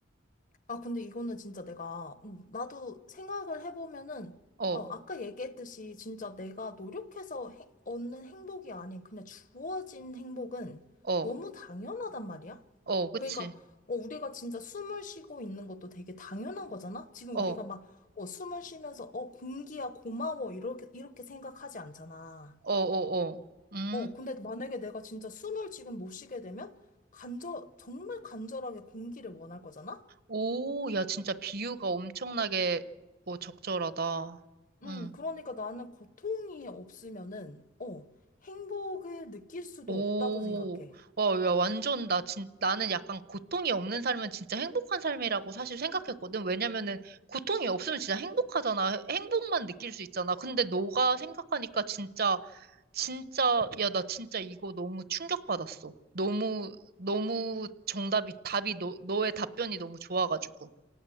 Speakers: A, on the left; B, on the right.
A: 아, 근데 이거는 진짜 내가, 음, 나도 생각을 해보면은,
B: 어,
A: 어, 아까 얘기했듯이 진짜 내가 노력해서 행- 얻는 행복이 아닌 그냥 주어진 행복은
B: 어,
A: 너무 당연하단 말이야?
B: 어, 그치.
A: 그러니까, 어, 우리가 진짜 숨을 쉬고 있는 것도 되게 당연한 거잖아? 지금
B: 어,
A: 우리가
B: 어,
A: 막, 어, 숨을 쉬면서, 어, 공기야, 고마워, 이렇게, 이렇게 생각하지 않잖아.
B: 어, 어. 음.
A: 어, 근데 만약에 내가 진짜 숨을 지금 못 쉬게 되면, 간절, 정말 간절하게 공기를 원할 거잖아?
B: 오, 야, 진짜 비유가 엄청나게 뭐 적절하다.
A: 음,
B: 응.
A: 그러니까 나는 고통이 없으면은, 어, 행복을 느낄 수도
B: 오,
A: 없다고 생각해.
B: 와, 야, 완전, 나, 진, 나는 약간 고통이 없는 삶은 진짜 행복한 삶이라고 사실 생각했거든. 왜냐면은, 고통이 없으면 진짜 행복하잖아. 행복만 느낄 수 있잖아. 근데 너가 생각하니까 진짜, 진짜, 야, 나 진짜 이거 너무 충격받았어. 너무, 너무 정답이, 답이, 너, 너의 답변이 너무 좋아가지고.